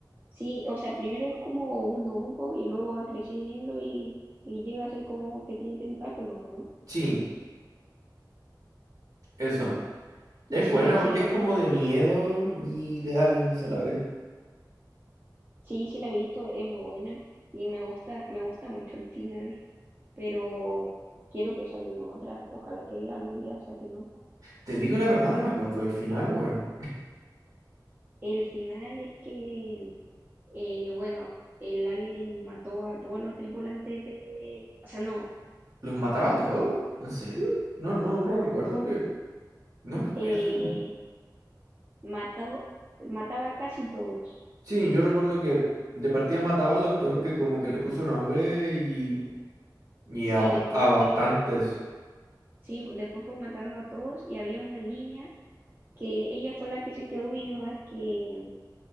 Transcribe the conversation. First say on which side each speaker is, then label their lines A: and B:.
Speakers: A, on the right; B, on the right.
A: sí, o sea, primero es como un hongo y luego va creciendo y, y llega a ser como que tiene tentáculos, ¿o no?
B: Sí, eso. Es
A: Sí,
B: buena porque
A: sí la
B: es
A: he
B: como
A: visto.
B: de miedo y de aliens a la vez.
A: Sí, sí la he visto, es muy buena y me gusta, me gusta mucho el final, pero quiero que salgan otra, ojalá que algún día saquen otra.
B: Te digo la verdad, no me acuerdo del final, weón.
A: El final es que, eh, bueno, el alien mató a todos los tripulantes de... O sea, no,
B: ¿Los mataba a todos? ¿En serio? No, no, no recuerdo que... No me acuerdo.
A: eh, mató, mataba a casi todos.
B: Sí, yo recuerdo que de partida mataba al doctor que como que le puso nombre y... Y
A: Sí,
B: a, bast-
A: después
B: a bastantes.
A: fue, sí, después fue matando a todos y había una niña que ella fue la que se quedó viva, que